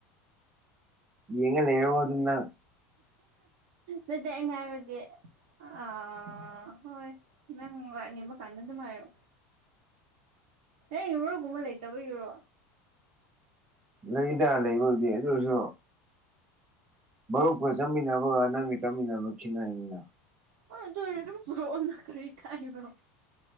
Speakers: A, on the right; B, on the right.
A: ꯌꯦꯉ ꯌꯦꯎꯕ ꯑꯗꯨꯗꯥ
B: ꯑꯗꯨꯗ ꯉꯥꯏꯕꯗꯤ ꯑ ꯍꯣꯏ ꯅꯪ ꯅꯤꯡꯝꯕ ꯀꯅꯗꯨ ꯃꯥꯣ ꯑꯦ ꯌꯨꯔꯣꯒꯨꯝꯕ ꯂꯩꯇꯕ ꯌꯨꯔꯣ
A: ꯂꯩꯗ ꯂꯩꯕꯕꯨꯗꯤ ꯑꯗꯨ ꯑꯣꯏꯁꯨ ꯃꯔꯨꯞꯀ ꯆꯠꯃꯤꯟꯅꯕꯒ ꯅꯪꯒ ꯆꯠꯃꯤꯟꯅꯕ ꯈꯤꯠꯅꯩꯅꯤꯅ
B: ꯑꯣ ꯔꯣꯑꯣ ꯅ ꯀꯔꯤ ꯀꯥꯏꯅꯣ